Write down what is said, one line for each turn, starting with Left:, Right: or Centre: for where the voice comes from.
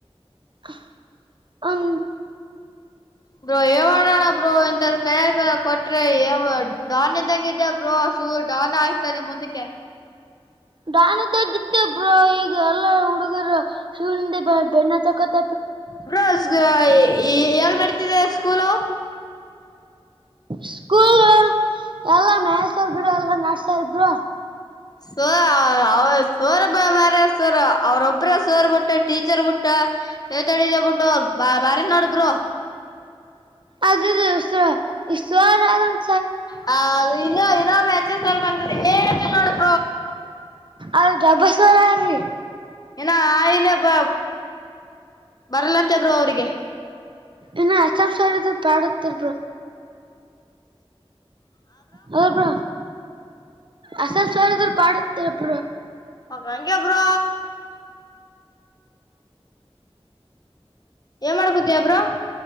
Right: ಹ ಒನ್.
Left: ಬ್ರೋ ಏ ಮಾಡೋಣ ಬ್ರೋ ಇಂಥರ ಕೈಯಗ ಕೊಟ್ರೆ ಏ ಬ್ರೋ ಡಾನ್ನಿದ್ದಂಗಿದ್ದೆ ಬ್ರೋ ಶೂರ್ ಡನ್ ಆಗ್ತಾನೆ ಮುಂದಕ್ಕೆ.
Right: ಡಾನ್ ಇದ್ದಗಿದ್ದೆ ಬ್ರೋ. ಈಗ ಎಲ್ಲಾ ಹುಡುಗರು ಶೂಇಂದ ಬೆ ಬೆಣ್ಣ ಅಚ್ಚಕತ
Left: ಬ್ರೋಸ್ ಗೋ <unintelligible> <unintelligible> ಸ್ಕೂಲು
Right: ಸ್ಕೂಲ್ ಎಲ್ಲಾ ಮೆಸ ಅವರ್ ಗಿಡ ಎಲ್ಲಾ ನಡ್ಸರ ಬ್ರೋ.
Left: ಸೋ ಅವ ತೋರಬಮಾರ ಸರ್ ಅವ್ರೊಬ್ಬ್ರ ಸೋರ್ ಬಿಟ್ಟು ಟೀಚರ್ ಬಿಟ್ಟ <unintelligible> ಬಿಟ್ಟು ಅವ ಬಮಾರಿ ನೋಡಬ್ರೊ.
Right: ಅದದು ಸ್ರೋ ಇಸ್ರೋರಾಗಮ್
Left: ಹ ಇನ್ನ ಏನೋ <unintelligible>
Right: ಅಲ್ ತಬಸ್ವರಾರೀ
Left: ಇನ ಆಯನೆ ಬ ಬರಲ್ಲಂತೆ ಬ್ರೊ ಅವ್ರಿಗೆ.
Right: ಇನ್ನು <unintelligible> ಬ್ರೊ. ಹಲೊ ಬ್ರೋ ಆಸಸ್ <unintelligible>
Left: ಅವ್ರ್ ಹಂಗೆ ಬ್ರೊ. ಏನ್ ಮಾಡ್ಕತಿಯ ಬ್ರೋ.